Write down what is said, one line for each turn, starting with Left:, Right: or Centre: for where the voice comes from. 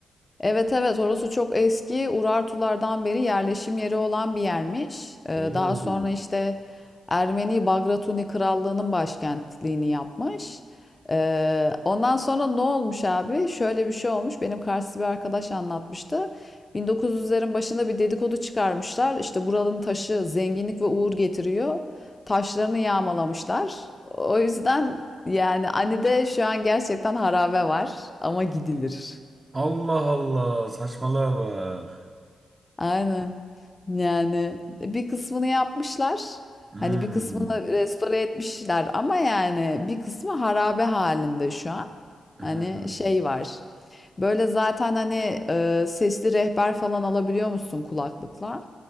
Left: Evet evet orası çok eski Urartulardan beri yerleşim yeri olan bir yermiş. Ee,
Right: Oo.
Left: daha sonra işte Ermeni Bagratuni Krallığı'nın başkentliğini yapmış. Ee, ondan sonra ne olmuş abi? Şöyle bir şey olmuş. Benim Karslı bir arkadaş anlatmıştı. 1900'lerin başında bir dedikodu çıkarmışlar. İşte buranın taşı zenginlik ve uğur getiriyor. Taşlarını yağmalamışlar. O yüzden yani Ani'de şu an gerçekten harabe var ama gidilir.
Right: Allah Allah saçmalığa bak.
Left: Aynen. Yani e, bir kısmını yapmışlar.
Right: Hmm.
Left: Hani bir kısmını restore etmişler ama yani bir kısmı harabe halinde şu an.
Right: Hmm.
Left: Hani şey var. Böyle zaten hani e, sesli rehber falan alabiliyor musun kulaklıkla?